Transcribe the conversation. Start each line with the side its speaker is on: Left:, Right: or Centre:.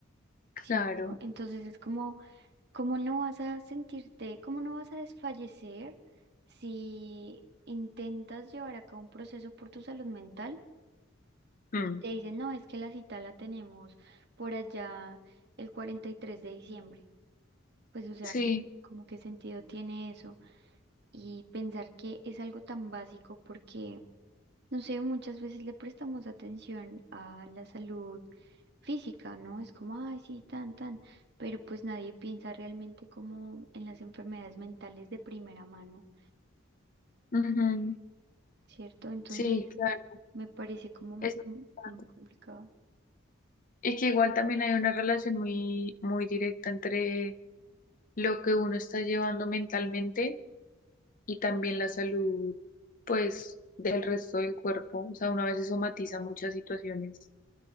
Right: ¿cierto?
Left: Claro,
Right: Entonces es como, ¿cómo no vas a sentirte, cómo no vas a desfallecer si intentas llevar a cabo un proceso por tu salud mental?
Left: mm.
Right: y te dicen, no, es que la cita la tenemos por allá el 43 de diciembre. Pues, o sea,
Left: sí.
Right: como, como qué sentido tiene eso. Y pensar que es algo tan básico porque, no sé, muchas veces le prestamos atención a la salud física, ¿no? Es como, ay, sí, tan, tan, pero pues nadie piensa realmente como en las enfermedades mentales de primera mano,
Left: Ujú.
Right: ¿cierto? Entonces,
Left: Sí, claro,
Right: me parece como
Left: eso es
Right: mu-
Left: importante.
Right: muy complicado.
Left: Y que igual también hay una relación muy, muy directa entre lo que uno está llevando mentalmente y también la salud, pues, del resto del cuerpo. O sea, uno a veces somatiza muchas situaciones.